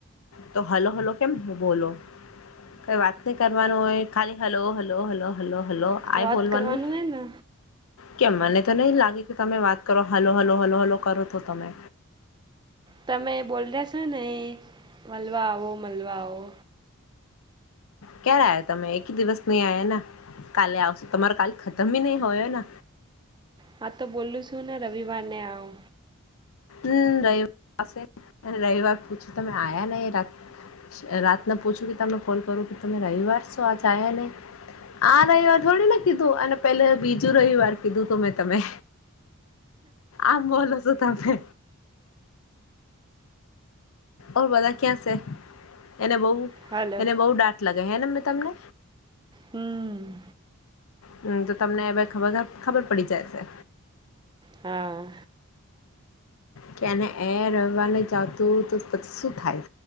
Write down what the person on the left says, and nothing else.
તો હલો હલો કેમ બોલો કઈ વાત નહી કરવાનું હોય ખાલી hello hello hello hello hello આય
બોલવાનું
કેમ મને તો નઈ લાગે કે તમે વાત કરો હાલો હાલો હલો હલો કરો તો તમે
ક્યારે આવ તમે એકી દિવસ નહી આયા ને. કાલે આવશ તમારો કાલ ખતમ બી નહી હોયોને.
હમ રવિવાર પાસે રવિવાર પૂછ્યું તમે આયા નને રા. રાતને પૂછું કે તમે કોલ કરો કે તમે રવિવાર છો આજયા નહી. આ રવિવાર થોડીને કીધું અને પેલે બીજું રવિવાર કીધું તું મેં તમે. આમ બોલો છો તમે. ઓર બધા ક્યાં છે, એને બહ
એને બહુ ડાટ લાગે હેને. તમને.
હમ તો તમને હવે ખ ખબર પડી જાય છે.
કેને એ રવા ન જતું તો પછી શું થાય